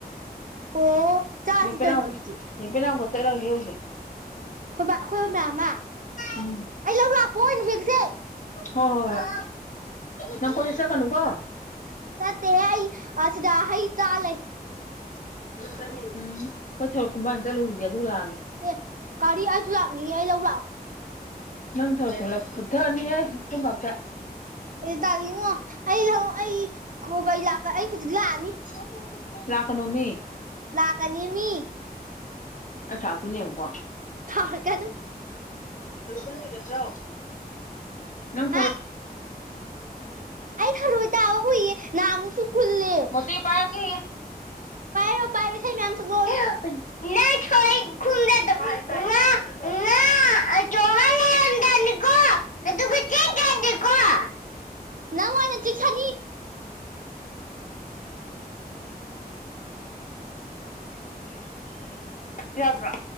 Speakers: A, on the right; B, on the left.
A: ꯑꯣ ꯆꯥꯁꯤ
B: ꯅꯦꯄꯅꯥꯎ
A: ꯀꯩꯅꯣ ꯑꯗꯨꯗꯤ
B: ꯅꯦꯄꯦꯅꯥꯎꯒ ꯆꯠꯂꯒ ꯍ ꯍꯧꯁꯦ
A: ꯣꯏ ꯑꯩꯈꯣꯏꯕ ꯃꯌꯥꯝ ꯑꯃ
B: ꯎꯝ
A: ꯑꯩ ꯂꯧ ꯂꯥꯛꯄ ꯑꯣꯏꯅ ꯍꯦꯛꯁꯩ
B: ꯍꯣꯏ ꯍꯣꯏ ꯍꯣꯏ ꯅꯪ ꯀꯣꯏꯁꯤ ꯆ ꯀꯅꯨ ꯀꯣ
A: ꯇꯠꯇꯍꯏ ꯑꯁꯤ ꯁꯤꯗꯥ ꯍ ꯇꯥ ꯂꯩ
B: ꯍ ꯎꯝ ꯍꯣꯏ ꯊꯔꯛ ꯈꯨꯣꯡꯕꯥ ꯆꯠꯂꯨꯈꯤꯒꯦ ꯑꯗꯨꯝ ꯂꯥꯛꯑꯒꯦ
A: ꯑꯦ ꯒꯥꯔꯤ ꯑꯩꯁꯨ ꯂꯥꯛꯅꯤꯡꯉꯤ ꯑꯩ ꯂꯧ ꯂꯥꯛꯑꯣ
B: ꯅꯪ ꯊꯔꯛꯄꯂ ꯄꯨꯊꯛꯑꯅꯤꯍꯦ ꯀꯣꯕꯇ
A: ꯇꯥꯜꯂꯤꯉꯣ ꯑꯩ ꯂ ꯑꯩ ꯑꯩ ꯍꯧꯖꯤꯛ ꯂꯥꯛꯑꯅꯤ
B: <inaudible> ꯂꯥꯛꯀꯅꯧꯃꯤ
A: ꯂꯅꯥꯒꯅꯤꯃꯤ
B: ꯑꯩ ꯊꯥꯛꯇꯨ ꯌꯦꯡꯉꯨꯀꯣ
A: ꯍ ꯀꯩꯅꯣ
B: ꯜ ꯍꯒꯠꯗ꯭ꯔ ꯅꯪ
A: ꯍꯥ ꯑꯩ ꯊꯔꯣꯏ ꯇꯥꯕ ꯎꯏꯌꯦ ꯅꯍꯥꯟꯃꯨꯛꯁꯨ ꯈꯨꯜꯂꯦ
B: ꯃꯣꯇ ꯄ ꯀ
A: ꯥꯏꯔꯁ ꯃꯌꯥꯝ ꯑꯃꯁꯁꯨꯒꯣꯣ
B: ꯗꯗ ꯣꯣ
A: ꯅꯪꯉꯥꯏꯅ ꯆꯤꯁꯅꯤ
B: <unintelligible> ꯌꯥꯗ꯭ꯔꯥ